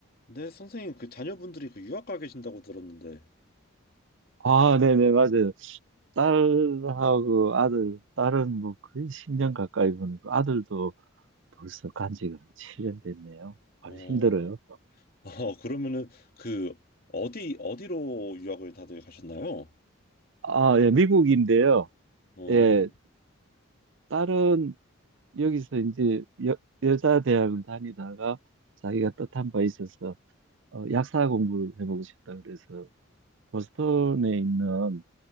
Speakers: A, on the left; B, on the right.
A: 네, 선생님, 그 자녀분들이 그 유학 가 계신다고 들었는데,
B: 아, 네네, 맞아요. 딸하고 아들, 딸은 뭐 거의 10년 가까이 보내고 아들도 벌써 간 지가 한 7년 됐네요. 아주
A: 어,
B: 힘들어요.
A: 아, 그러면은 그 어디 어디로 유학을 다들 가셨나요?
B: 아, 예, 미국인데요.
A: 어,
B: 예, 딸은 여기서 이제 여, 여자 대학을 다니다가 자기가 뜻한 바 있어서 어, 약사 공부를 해보고 싶다 그래서 보스턴에 있는